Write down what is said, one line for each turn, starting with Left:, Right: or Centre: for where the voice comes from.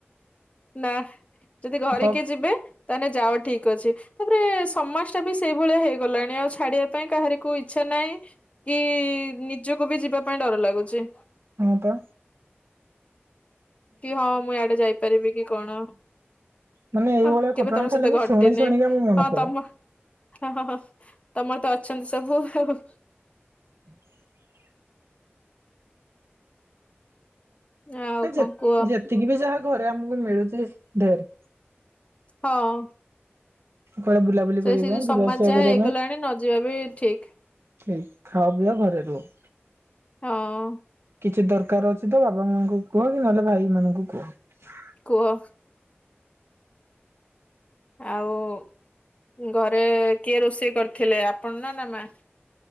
Left: ନାଁ ଯଦି ଘରେ
Right: ହକ୍
Left: କିଏ ଯିବେ ତାହେଲେ ଯାଅ ଠିକ ଅଛି ଏ ସମାଜ ଟା ବି ସେଇଭଳିଆ ହେଇଗଲାଣି ଆଉ ଛାଡିବା ପାଇଁ କାହାରିକୁ ଇଛା ନାହିଁ, କି ନିଜକୁ ବି ଯିବା ପାଇଁ ଡର ଲାଗୁଛି।
Right: ହଁ ତ
Left: କି ହଁ ମୁଁ ଆଡେ ଯାଇପାରିବି କି କଣ
Right: ମାନେ ଏଇଭଳିଆ
Left: ହ କେବେ
Right: ଘଟଣା
Left: ତମ
Right: ଖାଲି
Left: ସହିତ
Right: ମୁଁ
Left: ଘଟିନି
Right: ଶୁଣି ଶୁଣିକା ମୋ ମନ
Left: ହଁ
Right: ଖରାପ
Left: ତମ ତମର ତ ଅଛନ୍ତି ସବୁ ଆଉ
Right: <inaudible>
Left: ଆଉ କଣ
Right: ଯେତ
Left: କୁହ
Right: ଯେତିକି ବି ଯାହା ଘରେ ଆମକୁ ମିଳୁଚି ଢେର
Left: ହଁ
Right: କୁଆଡେ ବୁଲାବୁଲି
Left: ସେ
Right: କରିବା
Left: ସେ
Right: ପାଇଁ
Left: ଯୋଉ ସମାଜ
Right: ଯିବା ଆସିବା
Left: ଯାହା
Right: କରିବା
Left: ହେଇଗଲାଣି
Right: ପାଇଁ
Left: ନ ଯିବା ବି ଠିକ
Right: ସେଇ ଖାଅ ପିଅ ଘରେ ରୁହ।
Left: ହଁ
Right: କିଛି ଦର କାର ଅଛି ତ ବାପା ମାଙ୍କୁ କୁହ କି ନହେଲେ ଭାଇ ମାନଙ୍କୁ କୁହ।
Left: କୁଅ ଆଉ ଘରେ କିଏ ରୋଷେଇ କରିଥିଲେ ଆପଣ ନା ମା?